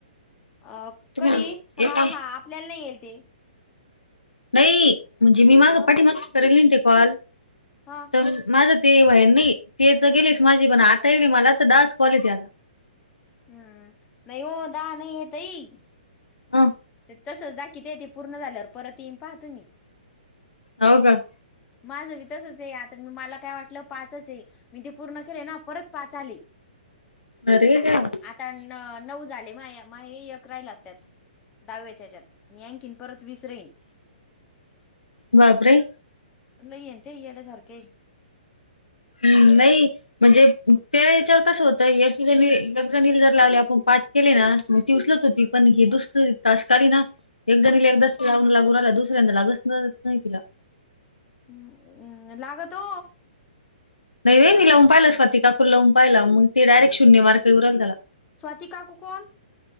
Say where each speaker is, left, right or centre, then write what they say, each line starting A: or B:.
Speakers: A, on the left; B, on the left.
A: अ
B: तुम्ही
A: कधी
B: एका
A: हा हा आपल्याला नाही येईल ते
B: नाही म्हणजे मी माग
A: मग
B: पाठीमागचं करेल ते कॉल
A: हा
B: तर माझ. ते होईल नाही, ते तर गेलेच माझी पण आता येईलं मला तर दहा कॉल आता.
A: हम्म, नाही हो दहा नाही ताई.
B: अं
A: तसंच दाखित्या ते य ते पूर्ण झाल्यावर परत येईन पहा तुम्ही.
B: हो का.
A: माझ बी तसेंच ये आता मला काय वाटलं पाचचं आहे. मी ते पूर्ण केले ना परत पाच आले.
B: अरे देवा
A: आता नऊ झाले म्हे एक राहिला राहिला त्यात. दहाव्याच्याच्यात मी आणखीन परत वीस राहील.
B: बापरे.
A: लई यात याड्या सारखे.
B: हम्म नाही म्हणजे त्या याच्यावर कसं होतं एक जाणीला. लागले आपण पाच केले ना, म ती उचलत होती पण हे दुसरी तास काडीना ना. एक जणीला एकदा लागू लागला दुसऱ्यांदा लागणारच नाही तिला.
A: हम्म् लागतो
B: नाही व मी लावून पाहिलं स्वाती काकूला लावून पाहिला मग ते डायरेक्ट शून्य मार्के येऊ राहिल त्याला.
A: स्वाती काकू कोण?